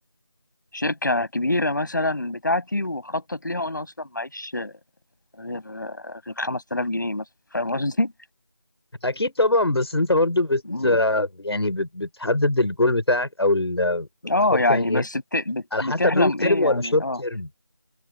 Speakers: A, on the left (about 50°); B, on the left (about 90°).
A: شركة كبيرة مثلا بتاعتي وخطط ليها وأنا أصلا معيش غير غير 5000 جنيه مثلا فاهم قصدي؟
B: اكيد طبعا بس انت برضو بت
A: مم.
B: يعني بت... بتحدد الجول بتاعك او ال... بتحط
A: اه يعني
B: يعني ايه
A: بس بت... بت...
B: على
A: بتحلم
B: حسب لونج تيرم
A: ايه يعني
B: ولا شورت
A: اه
B: تيرم